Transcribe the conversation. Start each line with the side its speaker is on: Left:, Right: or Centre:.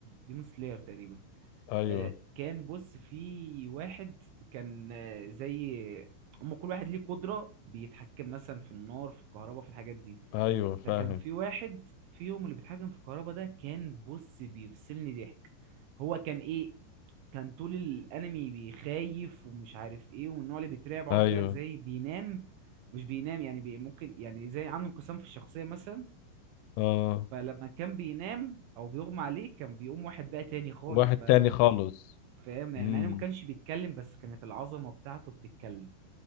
Right: ديمون سلاير تقريبا
Left: ايوه
Right: آه، كان بص في واحد كان آه، زي هم كل واحد ليه قدرة بيتحكم مثلا في النار في الكهرباء في الحاجات دي
Left: ايوه فاهم
Right: فكان في واحد فيهم اللي بيتحكم في الكهرباء ده كان بص بيفصلني ضحك هو كان ايه كان طول الانمي بيخايف ومش عارف ايه ومن النوع اللي بيترعب عاوز
Left: ايوه
Right: اقول لك زي بينام مش بينام يعني بي ممكن يعني زي عنده انقسام في الشخصية مثلا
Left: اه
Right: فلما كان بينام او بيغمى عليه كان بيقوم واحد بقى تاني خالص
Left: واحد
Right: بقى
Left: تاني خالص
Right: فاهم يعني
Left: امم
Right: مع انه ما كانش بيتكلم بس كانت العظمة بتاعته بتتكلم